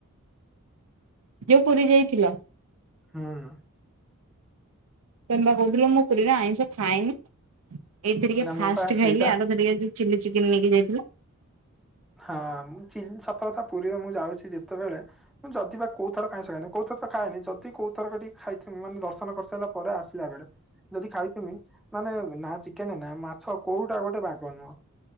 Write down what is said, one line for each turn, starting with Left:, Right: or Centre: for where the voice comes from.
Right: ଯୋଉ ପୁରୀ ଯାଇଥିଲ
Centre: ହଁ
Right: ତ ବା କହୁଥିଲ ମୁଁ କୁରୀରେ ଆଇଁଷ ଖାଇନି ଏଇଥିରିକ
Centre: ନା ମୁଁ
Right: ଫାଷ୍ଟ
Centre: ପା ସେଇଟା
Right: ଖାଇଲି ଆରଥରିକା <unintelligible> ଚିଲି ଚିକେନ୍ ନେଇକି ଯାଇଥିଲା।
Centre: ହଁ ମୁଁ ଚି ସତକଥା ପୁରୀରେ ମୁଁ ଯାଉଚି ଯେତେବେଳେ ମୁଁ ଯଦି ବା କୋଉଥର କାଇଁ <unintelligible> କୋଉ ଥର ତ ଖାଏନି, ଯଦି କୋଉଥର ଟିକେ ଖାଇଥିବି ମାନେ ଦର୍ଶନ କରିସାରିଲା ପରେ, ଆସିଲା ବେଳେ। ଯଦି ଖାଇଥିମି ମାନେ ନା ଚିକେନ, ନା ମାଛ କୋଉଟା ଗୋଟେ ବାଗ ନୁହଁ?